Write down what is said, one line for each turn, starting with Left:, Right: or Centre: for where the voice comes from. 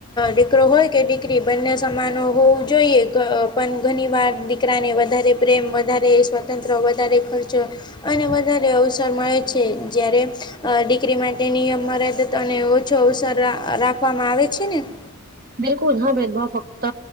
Left: દીકરો હોય કે દીકરી- - બંને સમાનો હોવું જોઈએ પણ ઘણી વાર દીકરાને વધારે પ્રેમ વધારે- - તંત્ર વધારે ખર્ચો અને વધારે અવસર મળે છે જારે- - દીકરી માટે નિયમ મરદત અને ઓછો અવસર રાખવામાં આવે છે ને- -
Right: બિલકુલ હા ભેદભાવ ફક્ત